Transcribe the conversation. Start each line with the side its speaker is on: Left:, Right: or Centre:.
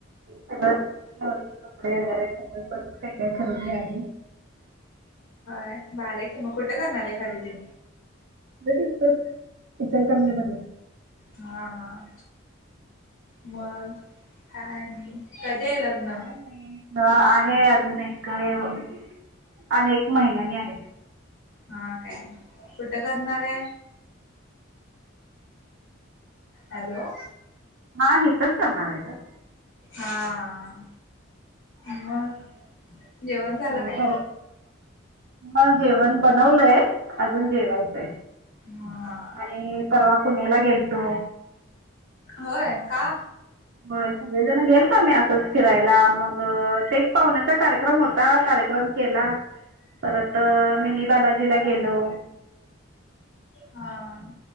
Right: सगळचं नवरीचे कपडे वगैरे सगळ बरच काय काय खरेदी आहे..
Left: व्हय भारी आहे की मग कुठं करणार हाय खरेदी?
Right: खरेदी इथंच इचलकरंजी मध्येचं.
Left: हां. मग काय आणि? कधी आहे लग्न?
Right: काय आहे आजून एक आणि एक महिन्यानी आहे.
Left: हा काय? कुठ करणार आहे? हॅलो!
Right: हा हितच करणार आहे गं.
Left: हा.
Right: आणि
Left: मग जेवण झालं
Right: अ
Left: काय?
Right: पर <unintelligible> जेवण बनवलंय, आजून जेवायचं आहे.
Left: हा.
Right: नी परवा पुण्याला गेलतो.
Left: होय? का?
Right: व्हय. सगळेजण गेलतो आम्ही आसच फिरायला. मग ते एक पाहुण्यांचा कार्यक्रम होता. कार्यक्रम केला, परत मिनी बालाजीला गेलो.
Left: हं.